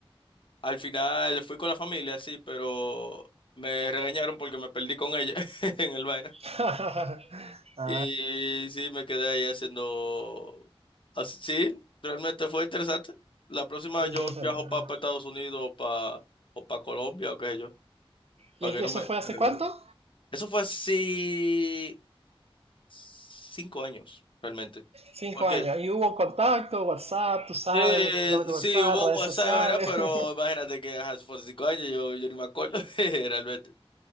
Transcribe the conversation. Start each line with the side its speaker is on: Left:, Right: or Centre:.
Left: Al final fui con la familia, sí, pero me regañaron porque me perdí con ella <laughs> en el vaina.
Right: <laughs>
Left: Y sí, me quedé ahí haciendo... así- Sí, realmente fue interesante. La próxima
Right: Fue
Left: yo
Right: interesante.
Left: viajo
Right: Ah.
Left: para Estados Unidos o para o pa Colombia o qué sé yo, para
Right: ¿Y es
Left: que
Right: que
Left: no
Right: eso
Left: me
Right: fue hace
Left: regañen.
Right: cuánto?
Left: Eso fue así cinco años, realmente.
Right: Cinco
Left: Porque
Right: años. ¿Y hubo contacto, WhatsApp, tú sabes,
Left: eh,
Right: doble WhatsApp,
Left: sí, hubo
Right: redes
Left: WhatsApp,
Right: sociales?
Left: ¿verdad? Pero
Right: <laughs>
Left: imagínate que ajá, eso fue hace cinco años, yo, yo ni me acuerdo, <laughs> realmente.